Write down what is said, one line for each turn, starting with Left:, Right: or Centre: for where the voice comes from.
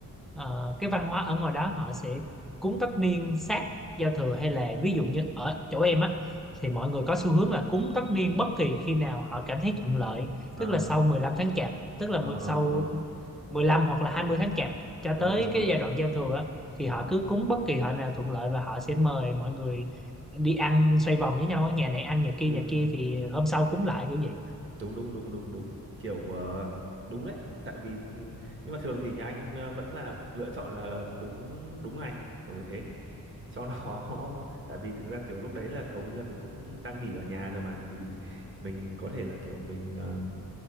Centre: ờ, cái văn hóa ở ngoài đó họ sẽ cúng tất niên sát giao thừa hay là ví dụ như ở chỗ em á thì mọi người có xu hướng là cúng tất niên bất kỳ khi nào họ cảm thấy thuận lợi
Right: ờ
Centre: tức là sau 15 tháng chạp tức là
Right: ờ
Centre: mười-
Right: ờ
Centre: sau
Right: ờ
Centre: 15 hoặc là 20 tháng chạp cho
Right: đúng
Centre: tới
Right: rồi đúng
Centre: cái
Right: rồi
Centre: giai đoạn giao thừa á, thì
Right: đúng
Centre: họ
Right: đúng
Centre: cứ cúng bất kỳ họ nào thuận lợi và họ sẽ mời mọi người đi ăn xoay vòng với nhau á, nhà này ăn nhà kia
Right: ừ.
Centre: nhà kia thì hôm sau cúng lại kiểu vậy
Right: đúng đúng đúng đúng đúng kiểu ờ, đúng đấy tại vì ừm, nhưng mà thường thì nhà anh ờ, vẫn là lựa chọn là cúng đúng ngày kiểu như thế cho nó <laughs> tại vì thực ra kiểu lúc đấy là hầu như là mình cũng đang nghỉ ở nhà rồi mà thì mình có thể là kiểu mình ờ,